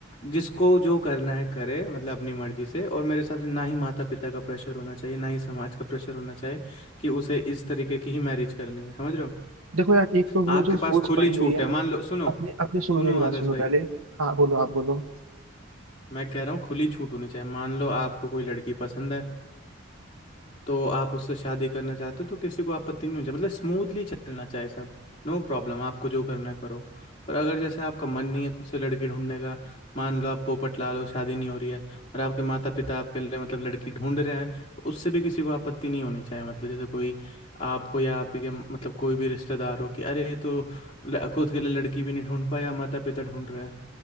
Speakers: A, on the left; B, on the right.
A: जिसको जो करना है करे मतलब अपनी मर्जी से और मेरे हिसाब से ना ही माता पिता का प्रेशर होना चाहिए ना ही समाज का प्रेशर होना चाहिए कि उसे इस तरीके की ही मैरिज करनी है समझ रहे हो
B: देखो यार एक तो वो
A: आपके
B: जो
A: पास
B: सोच
A: खुली
B: पड़ी हुई
A: छूट
B: है
A: है
B: ना
A: मान लो सुनो
B: अपने अपने सुनो
A: सुनो
B: मेरी बात
A: आदर्श
B: सुनो
A: भाई
B: पहले हाँ बोलो आप बोलो
A: मैं कह रहा हूँ खुली छूट होनी चाहिए मान लो आपको कोई लड़की पसंद है तो आप उससे शादी करना चाहते हो तो किसी को आपत्ति नहीं होनी चाहिए मतलब स्मूथली चलना चाहिए सब नो प्रॉब्लम आपको जो करना है करो पर अगर जैसे आपका मन नहीं है खुद से लड़की ढूंढने का मान लो आप पोपट ला लो शादी नहीं हो रही है और आपके माता पिता आपके लिए मतलब लड़की ढूंढ रहे हैं तो उससे भी किसी को आपत्ति नहीं होनी चाहिए मतलब जैसे कोई आपको या आप ही के मतलब कोई भी रिश्तेदार हो कि अरे ये तो ल- खुद के लिए लड़की भी नहीं ढूंढ पाया माता पिता ढूंढ रहे हैं